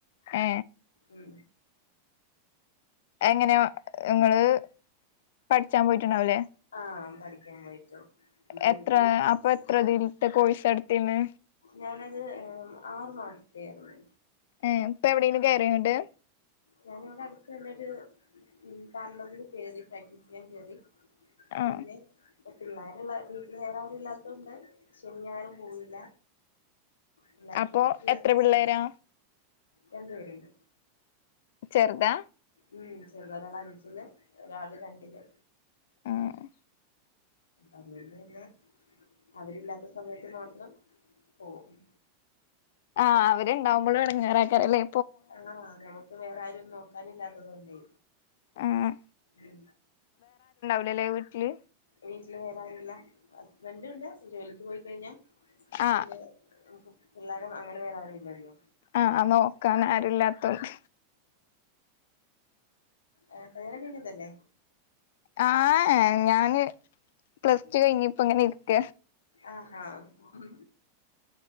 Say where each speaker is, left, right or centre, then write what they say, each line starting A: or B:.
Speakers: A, on the left; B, on the left.
A: ഏ
B: ഉം
A: എങ്ങനെയ നിങ്ങള് പഠിച്ചാൻ പോയിട്ടുണ്ടാവല്ലേ.
B: ആ പഠിക്കാൻ പോയിട്ട്. പിന്നെ
A: എത്ര
B: എനിക്ക്
A: അപ്പൊ എത്രതിലത്തെ കോഴ്സ് എടുതെന്?
B: ഞാനത് ആറു മാസതെ ആയിരുന്നു.
A: ഏ ഇപ്പൊ എവിടെലും കയറിയോങ്ങണ്ട്.
B: ഞാന് ഇവിടെ അടുത്ത് തന്നെരു പാർലറിൽ കേറി പ്രാക്ടീസ് ചെയ്യാൻ കേറി.
A: ആ
B: പിന്നെ പിള്ളേരുള്ള വീട്ടിൽ നേറെ ആരും ഇല്ലാത്തൊണ്ട് ശനി ഞായറും പോവില്ല. എല്ലത്ത
A: അപ്പൊ
B: എല്ലാസങ്ങ
A: എത്ര പിള്ളേരാ
B: ളിലും രണ്ട് വെരുണ്ട്.
A: വേർതാ
B: ഉം ചെറത ഒരാള് അഞ്ചില്. ഒരാള് രണ്ടില്.
A: ആ
B: അതുകൊണ്ട് പിന്നെ അവരില്ലാത്ത സമയത്ത് മാത്രം പോകും.
A: ആ അവരുണ്ടാവുമ്പോളും എടങ്ങേറആക്കാ അല്ലേ.
B: ആ നമുക്ക് വേറെ ആരും നോക്കാനില്ലാത്തത് കൊണ്ടേ.
A: ആഹ്
B: ഉം
A: ഇടലെ വീട്ടില്
B: വീട്ടില് വേറെ ആരുല്ല. ഹസ്ബന്റ് ഉണ്ട് ജോലിക്ക് പോയിക്കഴിഞ്ഞാ
A: ആഹ്
B: പിന്നെ പിള്ളോരും അങ്ങനെ വേറെ ആരും ഇല്ലല്ലോ.
A: ആ നോക്കൻ ആരുല്ലാതൊണ്ട്.
B: ആ കയാണംകയിഞ്ഞതല്ലേ.
A: ആഹ് ഞാന് പ്ലസ് ടു കഴിഞ്പ്പ ഇങ്ങനെ ഇരിക്ക.
B: ആഹ ഉം